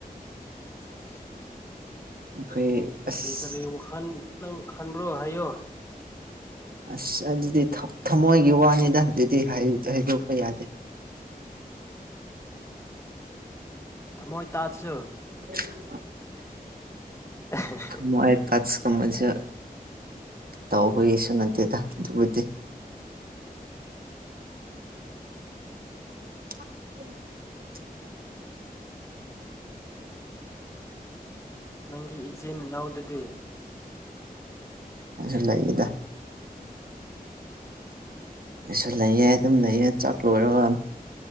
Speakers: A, on the left (about 15°); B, on the right (about 70°).
A: <unintelligible>
B: ꯑꯩꯈꯣꯏ ꯑꯁ
A: ꯀꯔꯤ ꯀꯔꯤ ꯋꯥꯈꯟ ꯅꯪ ꯈꯟꯕ꯭ꯔꯣ ꯍꯥꯏꯌꯣ
B: ꯑꯁ ꯑꯗꯨꯗꯤ ꯊ ꯊꯃꯣꯏꯒꯤ ꯋꯥꯅꯤꯗ ꯑꯗꯨꯗꯤ ꯍꯥꯢ ꯍꯥꯏꯗꯣꯛꯄ ꯌꯥꯗꯦ
A: ꯊꯝꯃꯣꯏ ꯇꯥꯠꯁꯨ
B: <unintelligible>
A: <unintelligible>
B: ꯃꯣꯏ ꯇꯁ ꯀꯨꯝꯕꯁꯨ ꯇꯧꯕꯒꯤꯁꯨ ꯅꯠꯇꯦꯗ ꯑꯗꯨꯕꯨꯗꯤ <unintelligible>
A: ꯅꯪꯒꯤ ꯏꯆꯤꯟ ꯏꯅꯥꯎꯗꯨꯗꯤ
B: ꯃꯁꯨ ꯂꯩꯌꯦꯗ ꯑꯩꯁꯨ ꯂꯩꯌꯦ ꯑꯗꯨꯝ ꯂꯩꯌꯦ ꯆꯥꯛ ꯂꯣꯏꯔꯒ